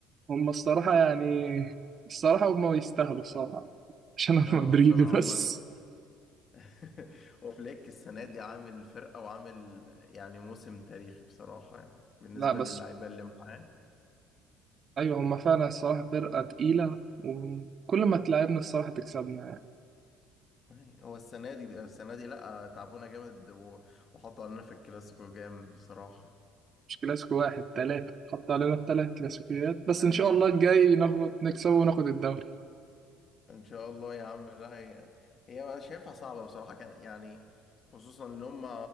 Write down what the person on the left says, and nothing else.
اه
بصراحه
هم <laughs> هو فليك السنة دي عامل فرقة وعامل يعني موسم تاريخي بصراحة يعني بالنسبة
للعيبة اللي معاه
مم.
أي، هو السنة دي السنة دي لأ تعبونا جامد و- وحطوا علينا في الكلاسيكو جامد بصراحة
أيوه
ان شاء الله يا عم لا هي هي انا شايفها صعبه بصراحه كان يعني خصوصا ان هم